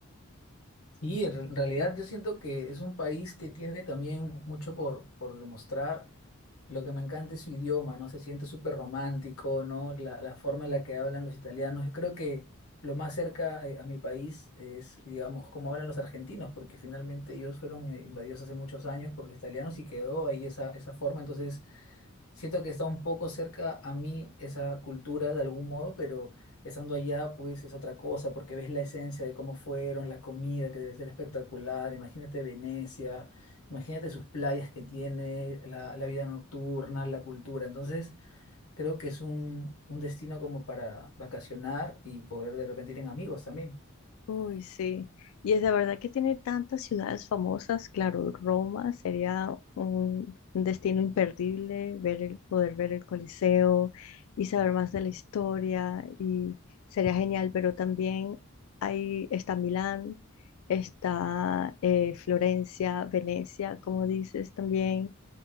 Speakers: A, on the left; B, on the left.
A: Y en re- en realidad yo siento que es un país que tiene también mucho por, por demostrar. Lo que me encanta es su idioma, ¿no? Se siente súper romántico, ¿no? La, la forma en la que hablan los italianos. Yo creo que lo más cerca eh, a mi país es, digamos, cómo hablan los argentinos, porque finalmente ellos fueron eh, invadidos hace muchos años por los italianos y quedó ahí esa, esa forma. Entonces, Siento que está un poco cerca a mí esa cultura de algún modo, pero estando allá pues es otra cosa, porque ves la esencia de cómo fueron, la comida que debe ser espectacular, imagínate Venecia, imagínate sus playas que tiene, la, la vida nocturna, la cultura. Entonces creo que es un, un destino como para vacacionar y poder de repente ir en amigos también.
B: Uy, sí. Y es de verdad que tiene tantas ciudades famosas. Claro, Roma sería un, un destino imperdible, ver el, poder ver el Coliseo y saber más de la historia y sería genial. Pero también ahí está Milán, está eh, Florencia, Venecia, como dices también.